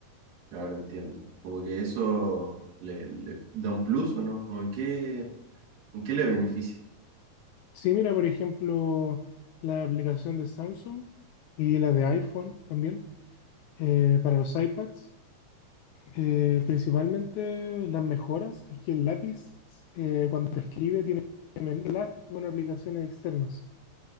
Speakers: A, on the right; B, on the left.
A: Ahora entiendo. Como que eso le, le da un plus o no, o en qué, en qué le beneficia.
B: Sí, mira, por ejemplo, la aplicación de Samsung y la de iPhone también eh, para los iPads. Eh, principalmente las mejoras es que el lápiz eh, cuando escribe tiene menos lag que con aplicaciones externas.